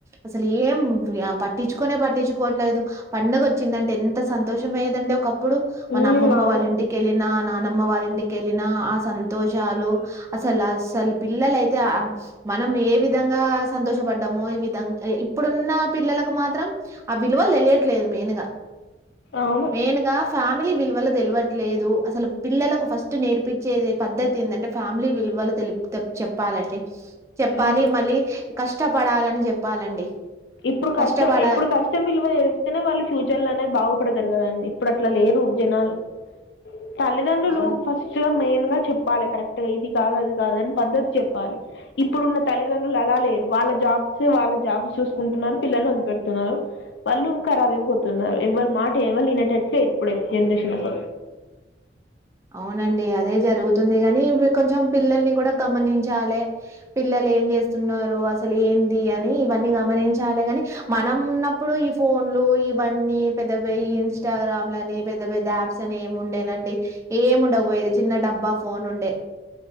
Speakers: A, on the right (about 15°); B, on the left (about 75°).
A: అసలు ఏం పట్టించుకనే పట్టించుకోవట్లేదు పండగ వచ్చిందంటే ఎన్ ఎంత సంతోషం అయ్యేదండి ఒకప్పుడు మన
B: ఉమ్
A: అమ్మమ్మ
B: అవును
A: వాళ్ళింటికెళ్ళిన నానమ్మ వాళ్ళింటికెళ్ళినా అస్ సంతోషాలు అసలు అసలు పిల్లలు అయితే మనం ఏ విధంగా సంతోషం వడ్డమొ ఈ విధంగా ఇప్పుడున్న పిల్లలకు మాత్రం ఆ విలువలు తెలియట్లేదు మెయిన్ గా
B: అవును
A: మెయిన్ గా ఫ్యామిలీ విలువలు తెలువట్లేదు అసలు పిల్లలకు ఫస్ట్ నేర్పి చెదే పద్దతి ఏంది అంటే ఫ్యామిలీ విలువలు తెలుపు చెప్పాలండి చెప్పాలి
B: అవును
A: మళ్ళీ కష్టపడాలని చెప్పాలండి
B: ఇప్పుడు కష్టం
A: కష్టపడాలి
B: ఇప్పుడు కష్టం విలువ తెలుస్తానే వాళ్ళు ఫ్యూచర్ లో అనేది బాగుపడతారు కదండి ఇప్పుడు అట్లా లేరు జనాలు తల్లిదండ్రులు
A: అవును
B: ఫస్ట్ గా మెయిన్ గా చెప్పాలి కరెక్ట్ గా ఇది కాదు అది కాదు అని పద్ధతి చెప్పాలి ఇప్పుడున్న తల్లిదండ్రులు అలా లేరు వాళ్ళకు జెప్ జాబ్సి వాళ్ల జాబ్ చూసు కుంటున్నారు పిల్లని వదిలి పెడుతున్నారు వాళ్ళు ఖరాబ్ అయిపోతున్నారు ఎవ్వలు మాట ఎవ్వలు ఇనేటట్టు లేరు ఇపుడు జనరేషన్ నాప
A: అవునండి అదే జరుగుతుంది కానీ ఇప్పుడు కొంచెం పిల్లల్ని కూడా గమనించాలే పిల్లలు లే ఏం చేస్తున్నారు అసలు ఏంది అని ఇవన్నీ గమనించాలి గాని మనం ఉన్నప్పుడు ఈ ఫోన్ లు ఇవన్నీ పెద్ద పె ఇన్స్టాగ్రామ్ ని పెద్ద పెద్ద యాప్స్ అని ఏమి ఉండేనండి ఏమ్ ఉండకా పోయేది చిన్న డబ్బా ఫోన్ ఉండే